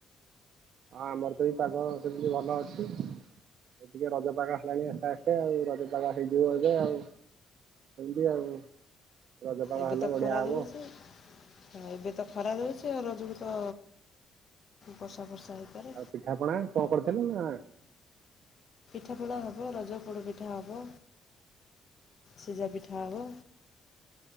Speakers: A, on the right (about 70°); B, on the left (about 50°).
A: ହଁ ଆମର ତ ଏଇ ପାଗ ସେମିତି ଭଲ ଅଛି। ଏ ଟିକେ ରଜ ପାଗ ହେଲାଣି ଆସ୍ତେ ଆସ୍ତେ ଆଉ ରଜ ପାଗ ହେଇଯିବ ଏବେ ଆଉ ସେମିତି ଆଉ। ରଜ ପାଗ
B: ଏବେ
A: ହେଲେ
B: ତ
A: ବଢିଆ
B: ଖରା
A: ହବ
B: ଦୋଉଚି ହଁ ଏବେ ତ ଖରା ଦୋଉ ଚି ଆଉ ରଜକୁ ତ ବର୍ଷା ଫର୍ଷା ହେଇପାରେ
A: ଆଉ ପିଠାପଣା କଣ କରିଥିଲେ ନା?
B: ପିଠା ପଣା ହବ ରଜ ପୋଡପି ପିଠା ହବ ସିଜି ପି ଠା ହବ।